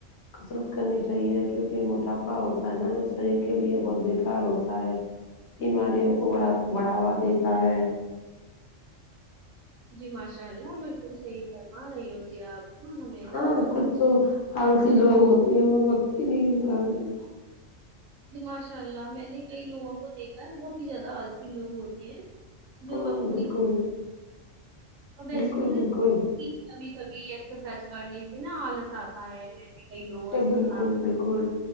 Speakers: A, on the left; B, on the right.
A: کسرت کرنی چاہیے کیونکی موٹاپا ہوتا ہے نا جو شریر کے لیے بہت بیکار ہوتا ہے بیماریوں کو بڑھا بڑھاوا دیتا ہے
B: جی ماشاء اللہ بالکل صحیح فرما رہی ہو جی آپ ہاں ہمیں
A: ہاں
B: نا
A: کچھ تو آلسی لوگ ہوتے ہیں وہ وقت ہی نہیں نکالتے
B: جی ماشاء اللہ میں نے کئی لوگوں کو دیکھا ہے بہت ہی زیادہ آلسی لوگ ہوتے ہیں جو
A: کو
B: اپنی
A: بالکل
B: اور ویسے
A: بالکل
B: تم نے
A: بالکل
B: کبھی کبھی ایکسرسائز کرنے سے نا آلس آتا ہے میں نے کئی لوگوں
A: تو
B: سے
A: بالکل
B: سنا
A: بالکل